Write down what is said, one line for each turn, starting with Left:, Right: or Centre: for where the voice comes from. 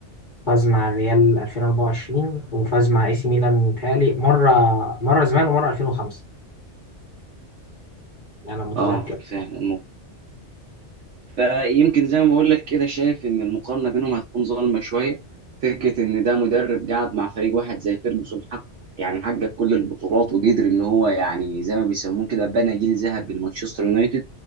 Left: فاز مع الريال 2024 وفاز مع اي سي ميلان متهيألي مرة مرة زمان ومرة 2005 أنا متذكر
Right: اه فعلا فيمكن زي ما بقول لك كده شايف ان المقارنه بينهم هتكون ظالمه شويه فكره ان ده مدرب قاعد مع فريق واحد زي فيرجسون حق يعني حقق كل البطولات وقدر ان هو يعني زي ما بيسموه كده بنى جيل ذهبي لمانشستر يونايتد